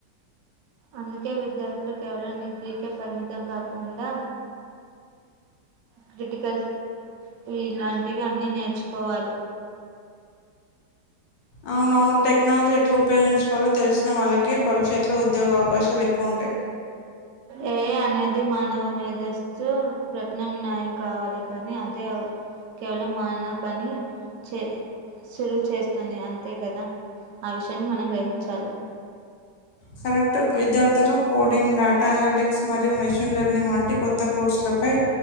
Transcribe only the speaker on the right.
అందుకే విద్యార్థులు కేవలం డిగ్రీకే పరిమితం కాకుండా క్రిటికల్ ఇలాంటివి అన్నిీ నేర్చుకోవాలి
ఏఐ అనేది మానవ మీదస్తు ప్రగ్నం న్యయం కావాలి కానీ అదే కేవలం మన పని చే సులువు చేస్తుంది అంతే కదా ఆ విషయాన్ని మనం గ్రహించాలి